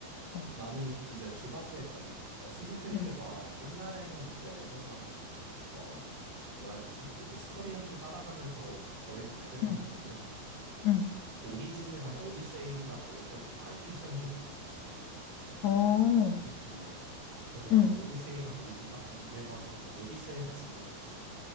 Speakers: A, on the left (about 70°); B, on the right (about 35°).
A: 어.
B: 나는 이제 두 가지 했거든? 어쌔신 크리드가
A: 응,
B: 옛날에는 이제 살짝 어, 뭐라 해야 되지? 이렇게 스토리 형식 따라가면서 정해진 맵에서
A: 응,
B: 한다면은
A: 응.
B: 오리진이랑 오디세이가 나올 때부터 RPG 형식으로 바뀌었어.
A: 어,
B: 오픈맵. 그래서 나는
A: 응.
B: 오디세이랑 오리진 딱 그 두 개 봤는데 오디세이가 진짜 재밌어.